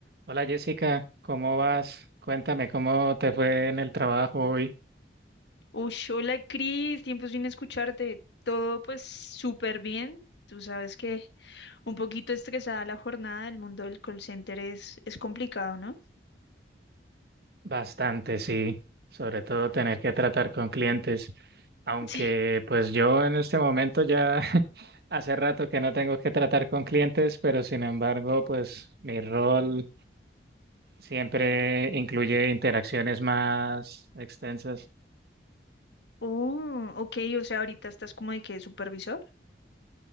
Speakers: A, on the right; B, on the left.
A: Hola Jessica, ¿cómo vas? Cuéntame cómo te fue en el trabajo hoy.
B: Uy, hola Cris, tiempo sin escucharte. Todo pues súper bien. Tú sabes que un poquito estresada la jornada, el mundo del call center es, es complicado, ¿no?
A: Bastante, sí. Sobre todo tener que tratar con clientes. Aunque
B: <laughs> Sí,
A: pues yo en este momento ya <laughs> hace rato que no tengo que tratar con clientes, pero sin embargo pues mi rol siempre incluye interacciones más extensas.
B: Oh, ok, o sea, ahorita estás como de que supervisor. <gasps>